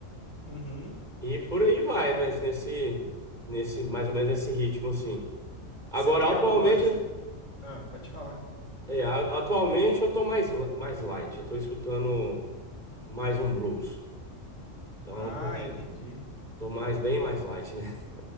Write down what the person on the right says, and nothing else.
e por aí vai. Mas nesse, nesse, mais ou menos nesse ritmo, assim. Agora,
atualmente,
eu-
é, a- atualmente eu tô mais, li- mais light, eu tô escutando mais um blues. Então,
tô mais,
tô mais- bem mais light, né? <laughs>